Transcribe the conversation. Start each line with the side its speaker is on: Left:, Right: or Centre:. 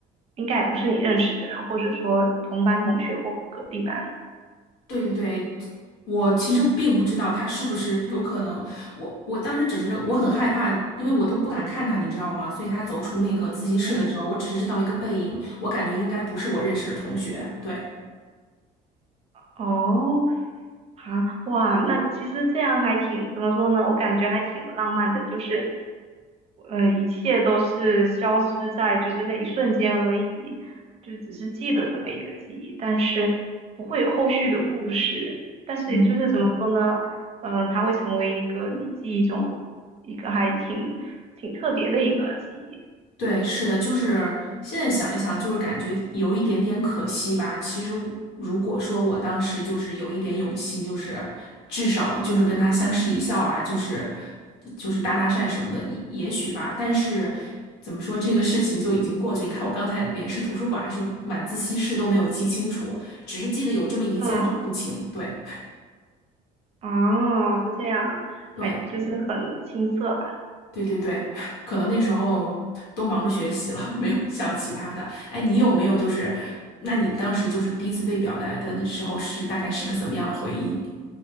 Right: 应该也不是你认识的人，或者说同班同学或隔壁班。
Left: 对对对，我其实并不知道他是不是有可能，我我当时只是我很害怕，因为我都不敢看他，你知道吗？所以他走出那个自习室的时候，
Right: 嗯。
Left: 我只是知道一个背影，我感觉应该不是我认识的同学，对。
Right: 哦，啊，哇，那其实这样还挺，怎么说呢？我感觉还挺浪漫的，就是，嗯，一切都是消失在就是那一瞬间而已，就只是记得这么一个记忆，但是不会有后续的故事。但是就是怎么说呢？
Left: 嗯。
Right: 嗯、它会成为一个你记忆中一个还挺挺特别的一个记忆。
Left: 对，是的，就是现在想一想，就是感觉有一点点可惜吧。其实我如果说我当时就是有一点勇气，就是至少就是跟他相视一笑啊，就是就是搭搭讪什么的，也也许吧。但是怎么说，这个事情就已经过去。你看，我刚才连是图书馆还是晚自习室都没有记清楚，只是记得有这么一件事情。
Right: 嗯，
Left: 对
Right: 啊，是这样啊，
Left: 对。
Right: 还就是很青涩吧。
Left: 对对对，<laughs> 可能那时候都忙着学习了，<laughs> 没有想其他的。哎，你有没有就是，那你当时就是第一次被表白的那时候是大概是个怎么样的回忆